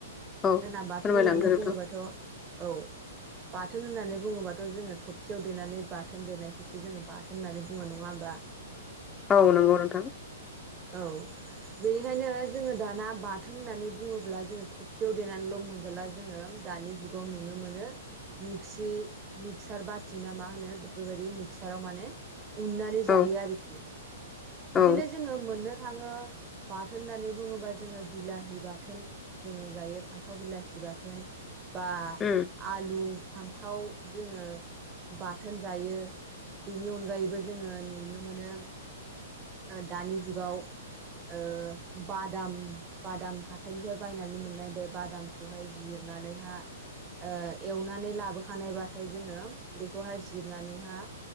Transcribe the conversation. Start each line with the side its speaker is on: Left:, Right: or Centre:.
Left: औ
Right: जोंना बाथोन
Left: फोरमायलांदो
Right: होननानै
Left: नोंथां।
Right: बुङोबाथ' औ बाथोन होननानै बुङोबाथ' जोङो थबसियाव देनानै बाथोन देनाय खौसो जोङो बाथोन होननानै बुङो नङा होमबा?
Left: औ नंगौ नोंथां।
Right: औ बेनिखायनो जोङो दाना बाथोन होननानै बुङोब्ला जोङो थबसियाव देनानैल' मोनजाला जोङो दानि जुगाव नुनो मोनो मिक्सि मिक्सार बाथि ना मा होनो बेफोरबायदि मिक्साराव माने उननानै जायो
Left: औ
Right: आरोखि बिदिनो
Left: औ
Right: जोङो ङो मोननो थाङो बाथोन होननानै बुङोबा जोङो बिलाहि बाथोन जोङो जायो फान्थाव बिलाथि बाथोन बा
Left: उम
Right: आलु फान्थाव जोङो बाथोन जायो। बिनि अनगायैबो जोङो नुनो मोनो दानि जुगाव ओ बादाम बादाम हाथाइनिफ्राय बायनानै मोननाय बे बादामखौहाय जिरनानैहा‌ ओ एवनानै लाबोखानायबाथाय जोङो बेखौहाय जिरनानैहा